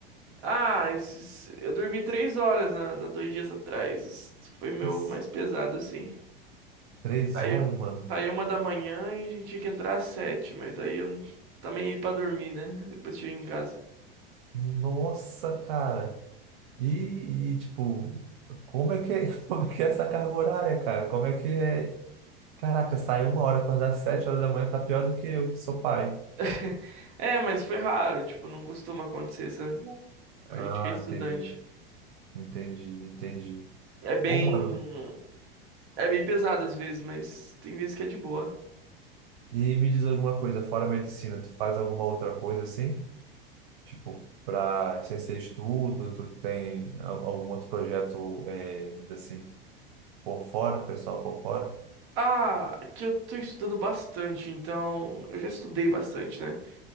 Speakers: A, on the right; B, on the right.
A: Ah, esses... eu dormi três horas, né? na- Dois dias atrás. Esse Foi meu
B: Isso,
A: mais pesado, assim.
B: Três
A: Saiu,
B: horas, mano.
A: saiu uma da manhã e a gente tinha que entrar às sete, mas aí eu não- também ia pra dormir, né? Depois cheguei em casa.
B: Nossa, cara. E, e, tipo, como é que, <laughs> como é que é essa carga horária, cara? Como é que é Caraca, sai uma hora, acordar às sete horas da manhã tá pior do que eu, que sou pai.
A: <laughs> É, mas foi raro, tipo, não costuma acontecer essa. A
B: Ah,
A: gente que é estudante.
B: entendi, entendi, entendi.
A: É bem.
B: Ô, mano,
A: É bem pesado às vezes, mas tem vezes que é de boa.
B: e me diz alguma coisa, fora a medicina, tu faz alguma outra coisa assim? Tipo, pra, sem ser estudo, tu tem al- algum outro projeto, é, vamos dizer assim, por fora, pessoal por fora?
A: Ah, é que eu tô estudando bastante, então eu já estudei bastante, né?